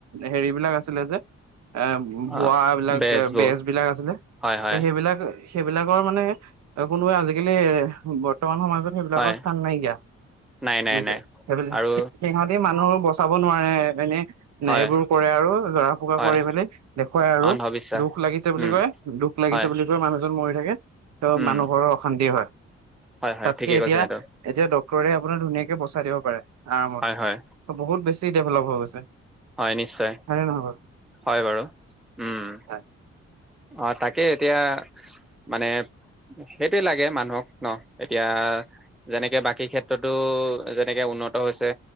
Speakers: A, on the right; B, in the centre.
A: হেৰি বিলাক আছিলে যে। এ ভুৱ
B: অ',
A: বিলাক
B: বেজবোৰ
A: বেজ বিলাক আছিলে।
B: হয়, হয়,
A: এই সেইবিলাকে সেইবিলাকৰ মানে, কোনোৱে আজিকালি বৰ্তমান সমাজত- সেইবিলাকৰ
B: হয়,
A: স্থান নাইকিয়া।
B: নাই, নাই,
A: বুজিছে
B: নাই
A: সেইবিলাক
B: আৰু
A: সিহঁতি মানুহো বচাব নোৱাৰে এনেই-
B: হয়,
A: নে এইবোৰ কৰে আৰু জৰা ফুকা
B: হয়
A: কৰি মেলি দেখুৱাই আৰু।
B: অন্ধবিশ্বাস
A: দুখ লাগিছে বুলি
B: উম
A: কয়, দুখ লাগিছে
B: হয়
A: বুলি ক। মানুহজন মৰি থাকে, ত'
B: উম
A: মানুহ ঘৰৰ অশান্তি হয়।
B: হয় হয়
A: তাতকে
B: ঠিকে কৈছে
A: এতিয়া।
B: সেইটো
A: এতিয়া ডক্তৰে আপোনাৰ ধুনীয়াকে বচাই দিব পাৰে, আৰামত
B: হয় হয়
A: বহুত বেছি ডেভলপ হৈ গৈছে।
B: হয় নিশ্চয়,
A: হয়নে নহয় বাৰু
B: হয় বাৰু। উম।
A: হয়
B: অঁ তাকেই এতিয়া, মানে। সেইটোৱেই লাগে মানুহক ন এতিয়া। যেনেকে বাকী ক্ষেত্ৰতো, যেনেকে উন্নত হৈছে।